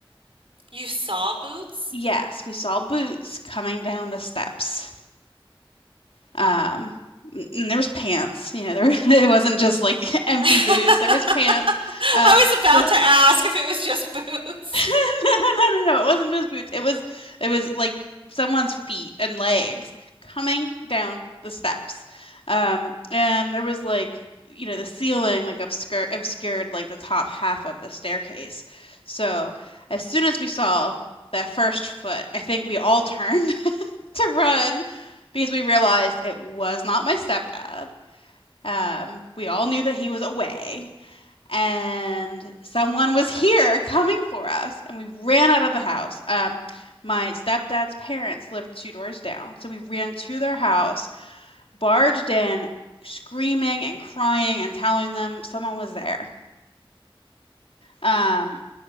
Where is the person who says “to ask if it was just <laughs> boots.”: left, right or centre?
Right